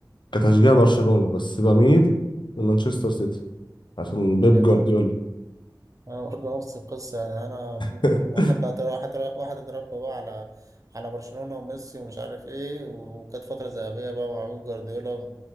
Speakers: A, on the left; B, on the right.
A: كتشجيع برشلونة بس بميل لمانشستر سيتي عشان بيب
B: اليابان
A: جوارديولا
B: أنا برضه نفس القصة يعني أنا ب-
A: <laughs>
B: واحد بعد واحد واحد اتربى بقى على على برشلونة وميسي ومش عارف إيه وكانت فترة ذهبية بقى مع بيب جوارديولا